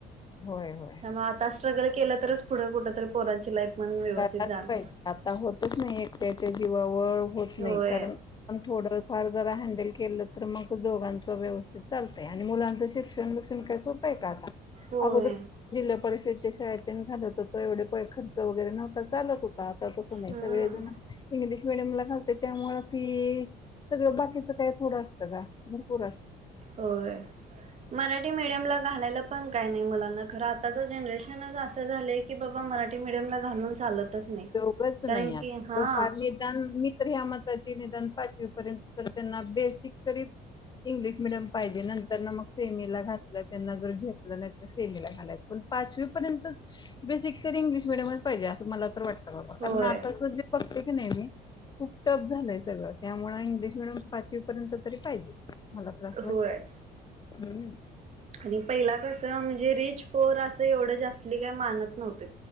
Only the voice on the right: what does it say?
मग आता स्ट्रगल केलं तरच पुढे कुठ तरी पोरांची लाईफ पण व्यवस्थित
जाणार
होय
होय
हम्म
होय. मराठी मीडियम ला घालायला पण काय नाही मुलाना, खरं आताच जनरेशनच असं झालंय की बाबा मराठी मीडियम ला घालून चालतच नाही,
कारण
की, हा.
होय
होय.
आणि पहिला कसं म्हणजे रिच, पुअर असं एवढं जास्ली काय मानत नव्हते.